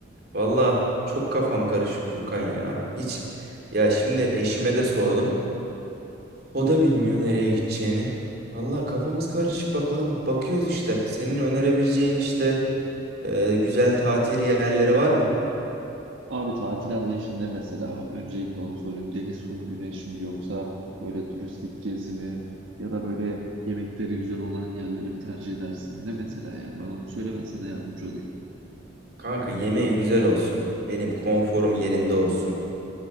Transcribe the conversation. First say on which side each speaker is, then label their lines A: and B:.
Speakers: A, on the right; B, on the right.
A: Valla çok kafam karışık Furkan ya. Hiç ya şimdi eşime de sordum. O da bilmiyor nereye gideceğini. Valla kafamız karışık bakalım. Bakıyoruz işte. Senin önerebileceğin işte e, güzel tatil yerleri var mı?
B: Abi tatil anlayışın ne mesela? Öncelikle onu sorayım. Deniz, kum, güneş mi yoksa böyle turistik gezi mi ya da böyle yemekleri güzel olan yerleri mi tercih edersin? Ne mesela yani? Bana onu söyle ben sana yardımcı olayım.
A: Kanka yemeği güzel olsun. Benim konforum yerinde olsun.